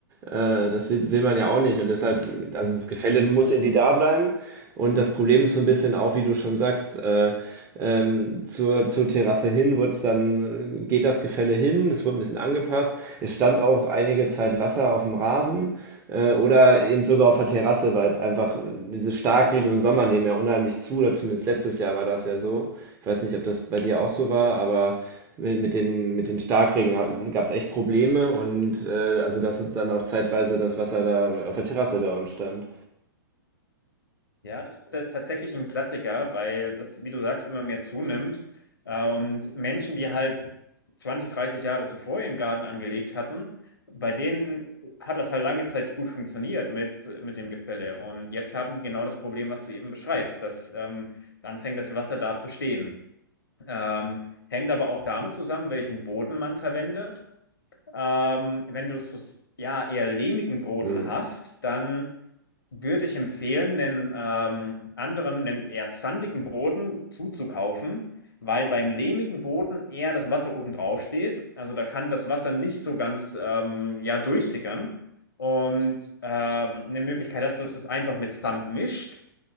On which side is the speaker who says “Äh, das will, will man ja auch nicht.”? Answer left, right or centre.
Right